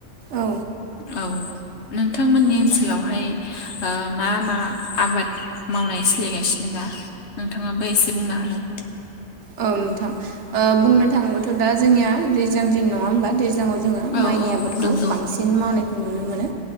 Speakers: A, on the right (about 70°); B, on the left (about 65°).
A: औ
B: औ नोंथांमोननि ओनसोलावहाय ओ मा मा आबाद मावनाय सोलिगासिनो दा? नोंथांङाबो एसे बुंना होलाय।
A: औ नोंथां ओ बुंनो थांङोबथ' दा जोंनिया दैज्लां दिन नंङा होमबा दै सिगांङाव जोंङो
B: औ
A: माइनि
B: औ
A: आबादखौ
B: नंगौ
A: बांसिन मावनायखौ नुनो मोनो